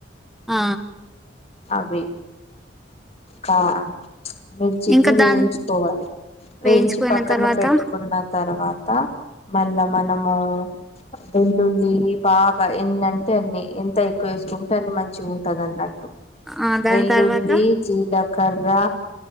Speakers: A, in the centre; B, on the left (about 35°).
A: ఆ
B: అవి కా మిర్చిని
A: ఇంకా
B: వేయించుకోవాలి
A: దాన్ని
B: వేయించి
A: వేయించుకున్న
B: పక్కన
A: తర్వాత
B: పెట్టుకున్నా తర్వాత మళ్ళా మనము వెల్లుల్లి బాగా ఎన్ని అంటే అన్ని ఎంత ఎక్కువ వేసుకుంటే అన్ని మంచిగుంటదన్నట్టు
A: ఆ దాని
B: వెల్లుల్లి
A: తర్వాత
B: జీలకర్ర